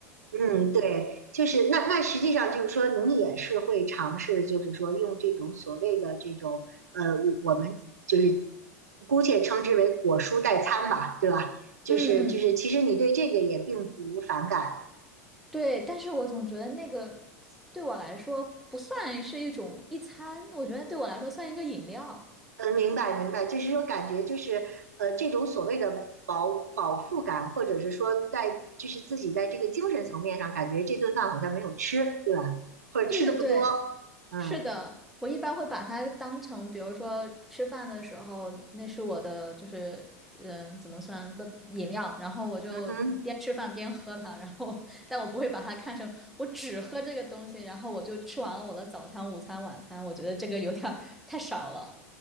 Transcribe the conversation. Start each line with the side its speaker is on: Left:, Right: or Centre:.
Right: 嗯，对，就是那那实际上就是说，你也是会尝试，就是说用这种所谓的这种呃，我们就是姑且称之为果蔬代餐吧，对吧？就是就是，
Centre: 嗯嗯。
Right: 其实你对这个也并不反感，
Centre: 对，但是我总觉得那个对我来说不算是一种一餐，我觉得对我来说算一个饮料。
Right: 嗯，明白明白，就是说感觉就是呃，这种所谓的饱饱腹感，或者是说在就是自己在这个精神层面上，感觉这顿饭好像没有吃，对吧？或者吃的不多，
Centre: 对对对，
Right: 嗯
Centre: 是的，我一般会把它当成，比如说吃饭的时候，那是我的就是嗯、呃怎么算不饮料，然后我就边吃饭边喝它，
Right: 嗯哼。
Centre: 然后 <laughs> 但我不会把它看成我只喝这个东西，然后我就吃完了我的早餐、午餐、晚餐，我觉得这个有点儿太少了。